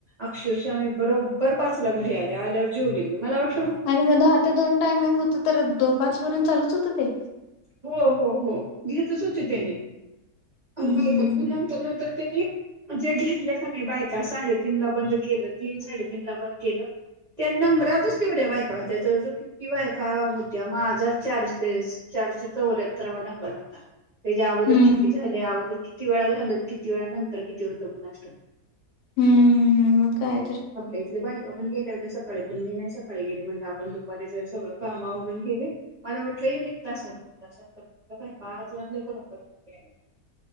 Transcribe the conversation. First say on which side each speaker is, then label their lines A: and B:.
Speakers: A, on the right; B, on the left.
A: अक्षरश आम्ही बरोब बर पाचला घरी आले. आल्यावर जेवलि मी मला वाट
B: आणि मग दहा ते दोन टायमिंग होत तर दो पाच पर्यंत चालूच होत ते?
A: हो हो हो घेतच होते ते बी.
B: हम्म
A: अण बायकत पण नंतर नंतर त्यांनी जे घेतले का नाही बायका साडे तीन ला बंद केलं तीन साडे तन ला बंद केलं त्या नंबरातच तेवड्या बायका होत्या जवळ जवळ कित्ती बायका होत्या. माझाच चारशे चारशे चौऱ्याहत्तरावा नंबर होता. त्याज्या अगोदर
B: हम्म
A: किती झाले अगोदर किती वेळा झालं किती वेळा नंतर किती होतं कुणाच ठाऊक?
B: हम्म मग काय तर.
A: आपल्या इथले बायक पण गेल्या होत्या सकाळी पण मी नाही सकाळी गेले म्हणल आपण दुपारी जऊ सगळं कामावरून गेले मला वाटलं येल एक तासात दोन तासात तर कुठलं काय पाच वाजले बरोबर घरीयायला.